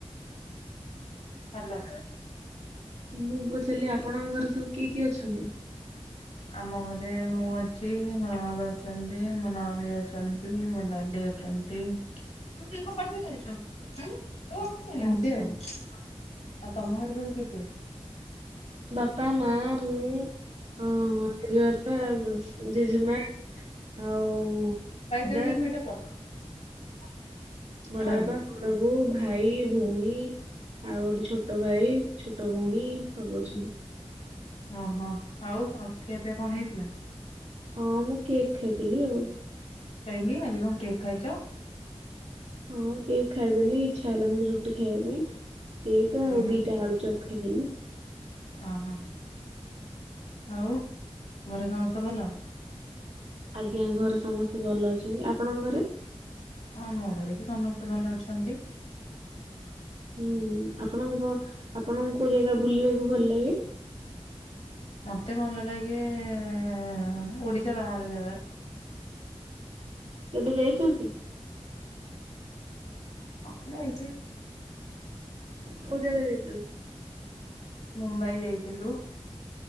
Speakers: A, on the left (about 80°); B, on the right (about 85°).
A: ହ୍ୟାଲୋ।
B: ମୁଁ ପଚାରିଲି ଆପଣଙ୍କ ଘରେ ସବୁ କିଏ କିଏ ଅଛନ୍ତି?
A: ଆମ ଘରେ ମୁଁ ଅଛି ମୋ ନଣଦ ଅଛନ୍ତି ମୋ ନଣଦେଇ ଅଛନ୍ତି ମୋ ଡାଡ଼ି ଅଛନ୍ତି। ତୀ। ଏମିତି
B: ଆଚ୍ଛା
A: ଆଉ ତମ ଘରେ ସବୁ କିଏ କିଏ ଅ?
B: ବାପା ମା ମୁଁ। ଓ ଜେଜେବାପା ଜେଜେମା। ଆଉ
A: ପାଇଦ
B: ନାଗଦାଗ
A: <inaudible> ପଚାରି
B: ବଡବାପା ବଡବୋଉ ଭାଇ ଭଉଣୀ ଆଉ ଗୋଟେ ଛୋଟ ଭାଇ। ଛୋଟଭଉଣୀ ସବୁ ଅଛନ୍ତି।
A: ଓହୋ ଆଉ ଆଉ ଖିଆ ପିଆ କଣ ହେଇଥିଲା?
B: ହଁ ମୁଁ କେକ୍ ଖାଇଥିଲି ଆଉ।
A: କାହିଁକି ଆଜି କଣ କେକ୍ ଖାଇଛ?
B: ହଁ କେକ୍ ଖାଇଦେଲି ଇଚ୍ଛା ହେଲାନି ରୁଟି ଖାଇବା ପାଇଁ କେକ୍ ଆଉ
A: ହୁଁ ହୁଁ
B: ଦିଟା ଆଳୁଚପ। ଖାଇଦେଲି।
A: ଓହୋ। ଆଉ ଘରେ ସମସ୍ତେ ଭଲ।
B: ଆଜ୍ଞା ଘରେ ସମସ୍ତେ ଭଲ ଅଛନ୍ତି ଆପଣଙ୍କ ଘରେ।
A: ଆମ ଘରେ ବି ସମସ୍ତେ ଭଲ ଅଛନ୍ତି।
B: ହୁଁ ଆପଣଙ୍କ ଆପଣଙ୍କୁ କୋଉ ଜାଗା ବୁଲିବାକୁ ଭଲ ଲାଗେ?
A: ମତେ ଭଲ ଲାଗେ ଏ ଓଡିଶା ବାହାର ଜାଗା।
B: କେବେ ଯାଇଛନ୍ତି?
A: ହଁ ଯାଇଛି।
B: କୋଉ ଯାଗା ଯାଇଛନ୍ତି?
A: ମୁମ୍ବାଇ ଯାଇଥିଲୁ।